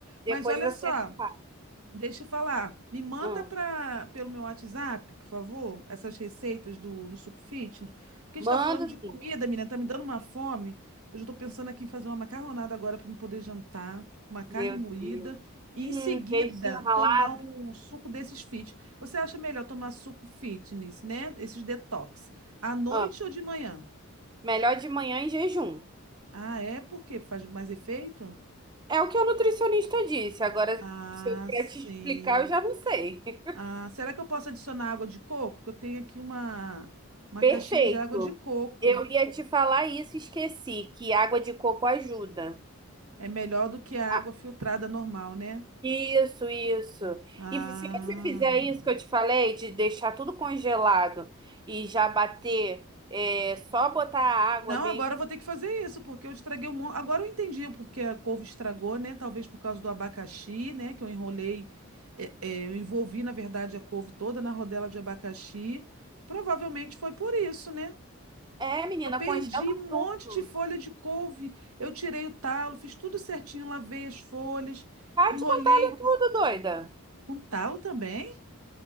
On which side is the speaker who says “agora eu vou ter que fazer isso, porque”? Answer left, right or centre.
Right